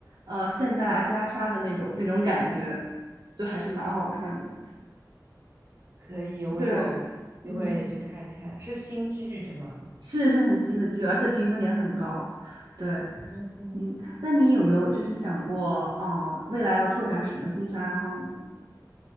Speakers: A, on the right; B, on the right.
A: 呃现代阿加莎的那种那种感觉，就还是蛮好看的。
B: 可以，我有机会去看看，
A: 对，嗯，
B: 是新剧对吗？
A: 是是很新的剧，而且评分也很高。对，
B: 嗯。
A: 嗯，那你有没有就是想过，嗯、未来要拓展什么兴趣爱好呢？